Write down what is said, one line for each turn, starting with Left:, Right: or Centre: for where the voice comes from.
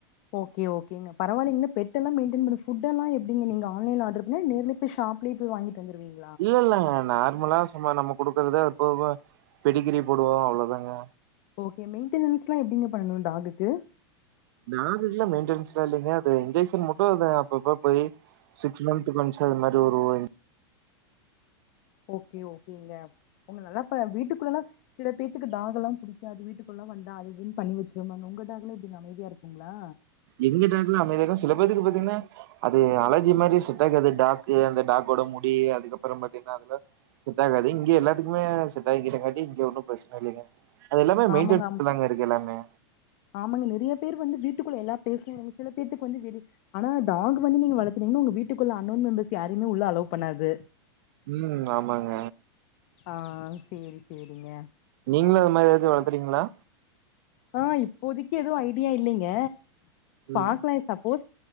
Left: ஓகே ஓகங்க பரவால்ல இன்னு பெட்டெல்லா மெய்டன் பண்ண ஃபுட்டெல்லா எப்டிங்க நீங்க ஆன்லைன்ல ஆர்டர் பண்ணி நேர்ல பேய் ஷா புலே போய் வாங்கிட்டு வந்துருவீங்க
Right: இல்ல இல்லங்க நார்மலா சும்மா நம்ம குடுக்குறத எப்பவுமே பெடிக்கிரி போடுவோ அவ்ளோதாங்க
Left: ஓகே மெயின்டெனன்ஸ்லா எப்படிங்க பண்ணணு டாக்குக்கு
Right: டாக்குகெல்லா மெயின்டனன்ஸ்லா இல்லங்க அது இன்ஜெக்ஷன் மட்டு அது அப்பப்ப போய் சிகஸ் மந்த்து ஒன்ஸு அது மாரி ஒரு <unintelligible>
Left: ஓகே ஓகேங்க முன்ன நல்லா இப்ப வீட்டுக்குள்லல்லா சில பேத்துக்கு டாகல்லா புடிக்காது அது வீட்டுக்குள்லா வந்தா அது இன் பண்ணி வச்சிருவாங்க உங்க டாக்ல்லா எப்பிடிங்க அமைதியா இருக்குங்களா
Right: எங்க டாக்கலா அமைதியா இருக்கு சில பேத்துக்கு பாத்தீங்கன்னா அது அலர்ஜி மாதிரி செட்டாகாது டாக்கு அந்த டாக்கோட முடி அதுக்கப்புறோ பாத்தீங்கன்னா அதுல செட்டாகாது இங்கே எல்லாத்துக்குமே செட் ஆகிட்டேங்காட்டி இங்க ஒன்னு பிரச்சன இல்லைங்க அது எல்லாமே
Left: ஆமாங்க
Right: மெயின்டன்ஸ்ல
Left: ஆமா
Right: தாங்க இருக்கு எல்லாமே
Left: ஆமாங்க நிறைய பேர் வந்து வீட்டுக்குள்ள எல்லா பேசலங்க சில பேத்துக்கு வந்து வெளி ஆனா டாக் வந்து நீங்க வளத்துனிங்கனா உங்க வீட்டுக்குள்ள அன்னோன் மெம்பர்ஸ் யாரையுமே உள்ள அலவ் பண்ணாது
Right: ம் ஆமாங்க
Left: ஆ செரி செரிங்க
Right: நீங்களு அது மாதிரி ஏதாச்சு வளத்துறீங்களா
Left: ஆ இப்போதைக்கு எதுவு ஐடியா இல்லைங்க
Right: ம்
Left: பாக்கலா சப்போஸ்